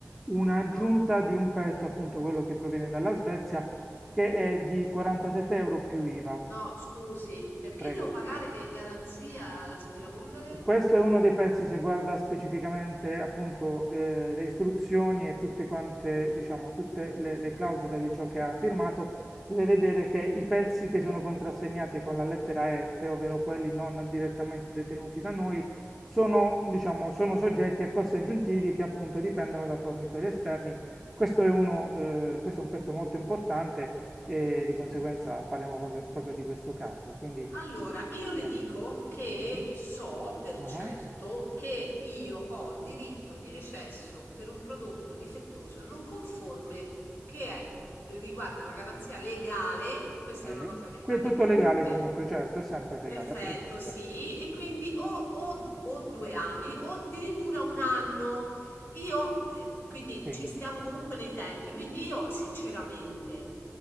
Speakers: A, in the centre; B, on the left (about 40°).
A: un'aggiunta
B: No.
A: di un pezzo, appunto quello che proviene dalla Svezia, che è di 47 euro più IVA.
B: No, scusi, perché
A: Prego.
B: devo pagare che è in garanzia l'aspirapolvere?
A: Questo è uno dei pezzi, se guarda specificamente appunto eh, le istruzioni e tutte quante, diciamo, tutte le, le clausole di ciò che ha firmato, deve vedere che i pezzi che sono contrassegnati con la lettera F, ovvero quelli non direttamente detenuti da noi, sono, diciamo, sono soggetti a costi aggiuntivi che appunto dipendono da fornitori esterni. Questo è, uno, eh, questo è un pezzo molto importante e di conseguenza parliamo proprio, proprio di questo caso. Quindi
B: Allora, io le
A: prego.
B: dico che
A: Sì.
B: so per
A: Uh-huh.
B: certo che io ho diritto di recesso per un prodotto difettoso non conforme che è- riguarda la garanzia legale, che questa
A: Sì.
B: è una cosa che riguarda
A: Qui è tutto
B: tutte.
A: legale comunque,
B: <laughs>
A: certo, è sempre legale,
B: Perfetto,
A: a prescindere.
B: sì, e quindi o, o- o due anni o addirittura un anno. Io, eh, quindi
A: Sì,
B: ci stiamo comunque nei tempi, quindi io sinceramente.